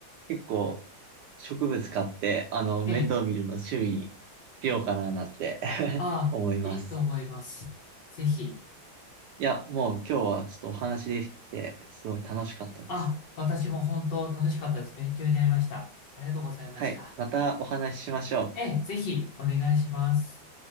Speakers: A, on the right; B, on the left.
A: 結構、植物買って、あの、
B: ええ、
A: 面倒見るの趣味にしようかななんて <laughs>
B: ああ、
A: 思います。
B: いいと思います。ぜひ。
A: いや、もう今日はちょっとお話できて、すごい楽しかったです。
B: あ、私も本当楽しかったです。勉強になりました。ありがとうございました。
A: はい。またお話ししましょう。
B: ええ、ぜひお願いします。